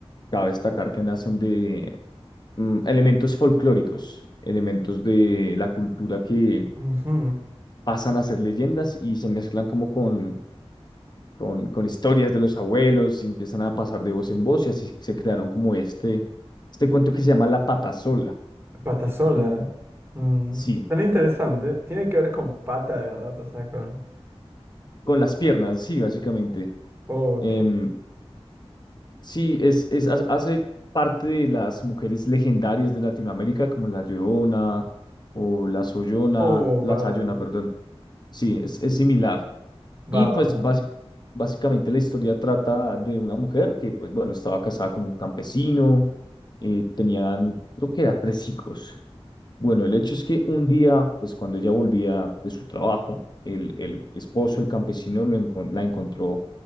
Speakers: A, on the left; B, on the right.
A: cabe destacar que nacen de mm, elementos folclóricos, elementos de la cultura que
B: Ujú.
A: pasan a ser leyendas y se mezclan como con con, con historias de los abuelos y empiezan a pasar de voz en voz y así se crearon como este, este cuento que se llama La Patasola.
B: Patasola.
A: Mm,
B: Mm,
A: sí,
B: Tan interesante. Tiene que ver con pata, de verdad, o sea, con...
A: con las piernas, sí, básicamente.
B: Ok.
A: Em, sí, es, es, ha- hace parte de las mujeres legendarias de Latinoamérica como la Llorona o la Sollona,
B: Oh,
A: la
B: va,
A: Sayona, perdón. Sí, es, es similar. Y
B: va,
A: pues
B: va, va.
A: basi- básicamente la historia trata de una mujer que, pues bueno, estaba casada con un campesino, eh, tenían, creo que era tres hijos. Bueno, el hecho es que un día, pues cuando ella volvía de su trabajo, el, el esposo, el campesino, lo encon- la encontró